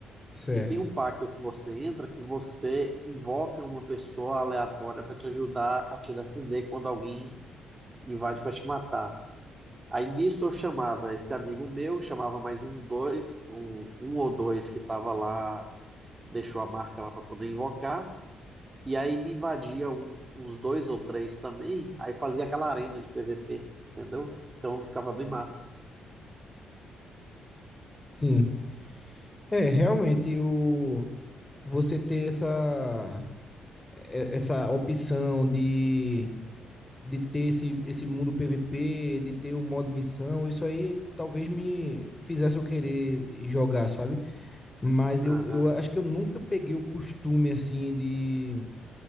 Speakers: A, on the left (about 20°); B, on the right (about 30°).
A: certo.
B: E tem um pacto que você entra que você invoca uma pessoa aleatória para te ajudar a te defender quando alguém invade para te matar. Aí nisso eu chamava esse amigo meu, chamava mais uns dois, um, um ou dois que estava lá, deixou a marca lá para poder invocar. E aí me invadia um- uns dois ou três também, aí fazia aquela arena de PVP, entendeu? Então ficava bem massa.
A: Sim. É, realmente o você ter essa é- essa opção de de ter esse, esse mundo PVP, de ter o modo missão, isso aí talvez me fizesse eu querer jogar, sabe? Mas eu,
B: Aham,
A: eu acho que eu nunca peguei o costume, assim, de